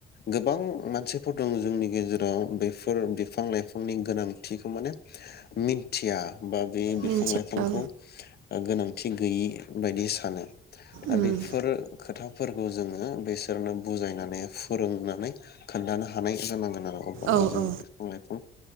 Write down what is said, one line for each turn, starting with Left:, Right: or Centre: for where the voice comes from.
Left: गोबां मानसिफोर दङ जोंनि गेजेराव बेफोर बिफां लाइफांनि गोनांथिखौ माने मिन थिया बा बे बिफां
Right: मिन्थियो
Left: लाइफांखौ
Right: औ
Left: गोनांथि गैयि बायदि सानो। दा
Right: उम
Left: बेफोर खोथाफोरखौ जोङो बिसोरनो बुजायनानै फोरोंनानै खोन्थानो हानाय जानांगोन आरो। अब्लानो
Right: औ
Left: जोंनि
Right: औ
Left: बिफां लाइफां